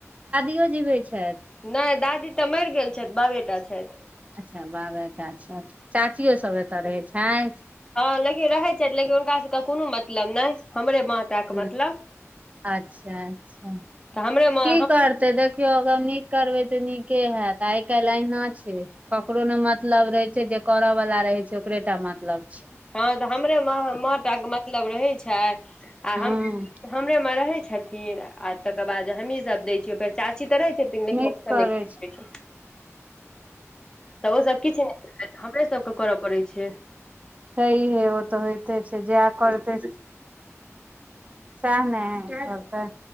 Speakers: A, on the right; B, on the left.
A: केओ जीबै छैथ
B: नहि दादी तऽ मैर गैल छथि बाबे टा छैथ
A: अच्छऽ बाबेटा छैथ चाचियो सब एतय रहै छैथ
B: हँ लेकिन रहै छै लेकिन हुनका सब कऽ कोनो मतलब नय हमरे माँ टा के
A: हुँ
B: मतलब
A: अच्छऽ अच्छऽ
B: तऽ हमरे माँ
A: की कर तै देखियौ अगर नीक करबै तऽ नीके हैत आइ काइल अहिना छै, ककरो नऽ मतलब रहे छै जे करऽ वला रहे छै ओकरेटा मतलब छै,
B: हँ तऽ हमरे माँ- माँ टा कऽ मतलब रहै छै आ
A: हँ
B: हम हमरे मऽ रहे छथिन आ तकर बाद हमही सब दै छियै ओय पर चाची तऽ रहे छ थिन लेकिन
A: नीक
B: ओकर
A: करै
B: नय किछ
A: छै
B: लैय छथिन तऽ ओ सब किछ नय देतैथ <unintelligible> सब कऽ करऽ पड़ै छै,
A: छईहे ओ तऽ होइते छै जाह करते सैह न करतै